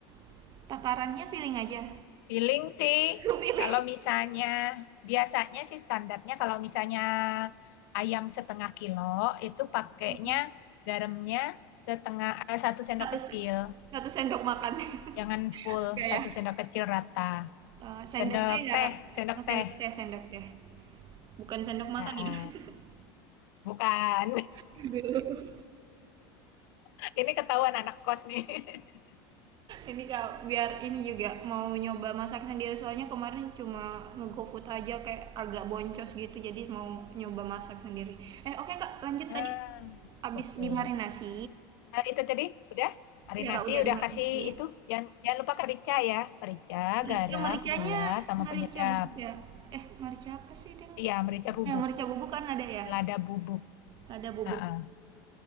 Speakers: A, on the right; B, on the left.
A: <laughs> Takarannya feeling aja?
B: Feeling sih,
A: lu pilih
B: kalau misalnya, biasanya sih standarnya kalau misalnya ayam setengah kilo, itu pakainya
A: Oh,
B: garamnya setengah, eh, satu sendok
A: satu
B: kecil.
A: se 1 sendok makan.
B: Jangan
A: <laughs>
B: full,
A: Enggak
B: satu
A: ya?
B: sendok kecil rata.
A: Eee, sendok
B: Sendok
A: teh ya
B: teh,
A: Kak?
B: sendok
A: Oh,
B: teh.
A: sendok teh sendok teh. Bukan sendok makan
B: Ah, ah.
A: ya? <laughs>
B: bukan.
A: Aduh.
B: <laughs> Ini ketahuan anak kos nih. <laughs>
A: ini kak biar ini juga mau nyoba masak sendiri soalnya kemarin cuma nge-go food aja kayak agak boncos gitu jadi mau nyoba masak sendiri eh oke kak lanjut
B: Ah,
A: tadi abis
B: betul.
A: dimarinasi
B: Nah, itu tadi udah marinasi
A: ya kak udah
B: udah
A: dimarinasi
B: kasih itu jangan jangan lupa merica ya merica
A: merica
B: garam
A: mericanya
B: gula sama
A: merica
B: penyedap
A: bubuk ya eh merica apa sih deng
B: iya merica bubuk
A: eh merica bubuk kan ada ya
B: lada bubuk
A: ada bubuk
B: Heeh.